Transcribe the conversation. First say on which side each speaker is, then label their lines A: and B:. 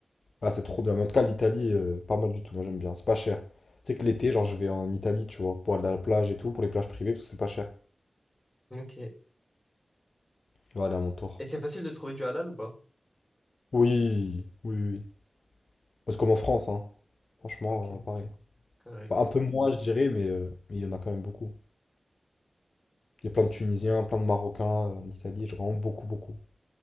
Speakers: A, on the left; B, on the left.
A: Ah, c'est trop bien. Mais en tout cas, l'Italie, euh, pas mal du tout. Moi, j'aime bien. C'est pas cher. Tu sais que l'été, genre, je vais en Italie, tu vois, pour aller à la plage et tout, pour les plages privées, parce que c'est pas cher.
B: Ok.
A: Je vais aller à mon tour.
B: Et c'est facile de trouver du halal ou pas?
A: Oui, oui, oui. C'est comme en France, hein. Franchement,
B: Ok,
A: euh, pareil.
B: carré.
A: Enfin, un peu moins, je dirais, mais euh, mais il y en a quand même beaucoup. Il y a plein de Tunisiens, plein de Marocains euh, en Italie, genre, vraiment beaucoup, beaucoup.